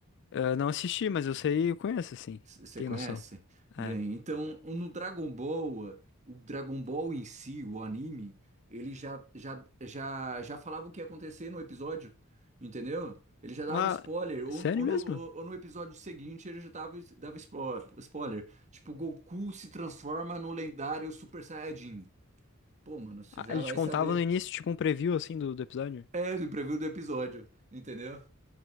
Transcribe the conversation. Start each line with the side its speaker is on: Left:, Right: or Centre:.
Left: Eu não assisti, mas eu sei, eu conheço assim.
Right: Você
Left: Tem
Right: conhece?
Left: noção.
Right: Bem,
Left: É.
Right: então no Dragon Ball, o Dragon Ball em si, o anime, ele já, já, já, já falava o que ia acontecer no episódio, entendeu? Ele já dava
Left: Ah,
Right: spoiler, ou,
Left: sério
Right: ou, no,
Left: mesmo?
Right: ou no episódio seguinte ele já dava, dava spo- spoiler. Tipo, Goku se transforma no lendário Super Saiyajin. Pô, mano, você
Left: Ah,
Right: já
Left: ele
Right: vai
Left: te contava
Right: saber.
Left: no início, tipo um preview assim do, do episódio?
Right: É, no preview do episódio, entendeu?